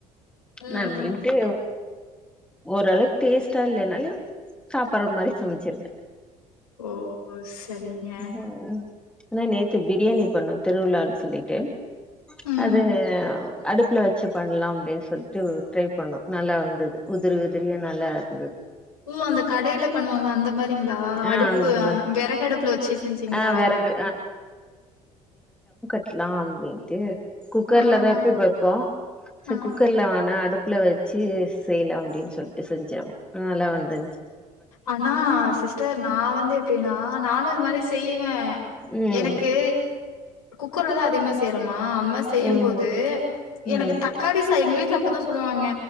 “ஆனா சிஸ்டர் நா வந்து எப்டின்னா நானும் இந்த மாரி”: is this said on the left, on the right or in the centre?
Left